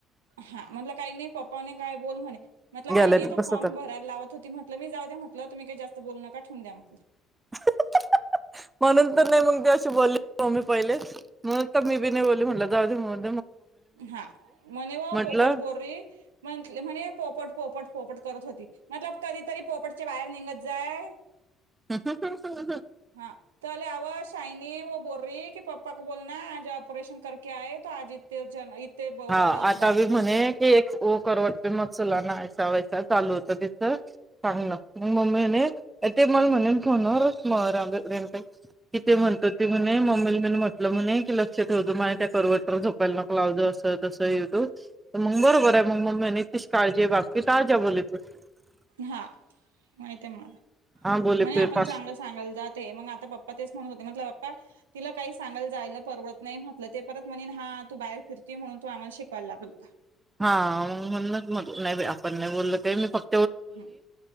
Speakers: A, on the right; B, on the right.
A: हा म्हटलं काही नाही पप्पाने काय बोल म्हणे. म्हटलं
B: गॅलरीत
A: काही नाही तो
B: बसवतात
A: फॉर्म भरायला लावत होती म्ह मी जाऊद्या म्हटलं तुम्ही काय जास्त बोलू नका. ठेउन द्या म्हटलं.
B: <unintelligible> म्हणून तर नाही मग जास् <unintelligible> मी पहिले मग मी बी नाही बोलली म्हणलं जाऊ द्या <unintelligible>
A: हा, म्हणे व
B: म्हटलं
A: पोपट बोर्री म्हंटल म्हणे पोपट पोपट, पोपट करत होती. म्हटलं प कधीतरी पोपटच्या बाहेर निघत जाय.
B: <unintelligible>
A: हा तले आवाज सायनी व बोलरी की, पप्पा को बोल ना आज ऑपरेशन करके आये तो आज <unintelligible>
B: हा
A: ब-
B: आता
A: बात
B: बी
A: मत
B: म्हणे
A: करो
B: की, एक वो करवट पे मत सुलाना चुला ऐसा वैसा. चालू होत तिच सांगणं. मग मने ते म्हणेन फोनवर <unintelligible> कि ते म्हणत होती, म्हणे मम्मी म म्हटलं म्हणे की लक्ष ठेवतो <unintelligible> त्या <unintelligible> झोपायला नको लाव अस तस तू मग बरोबर आहे मग मम्मी <unintelligible>
A: हा, माहित आहे मला.
B: हा बोले
A: म्हण
B: फिर
A: आपण
B: पास
A: चांगलं सांगायला जाते. मग आता पप्पा तेच म्हणत होते. म्हटल पप्पा तिला काही सांगायला जायला परवडत नाही, म्हटलं ते परत म्हनीन हा, तू बाहेर फिरती म्हणून तू आम्हाला शिकवायला लागल का?
B: हा म म्हणून मग नाही बाई आपण नाही बोलल का इ मी फक
A: ह, <unintelligible>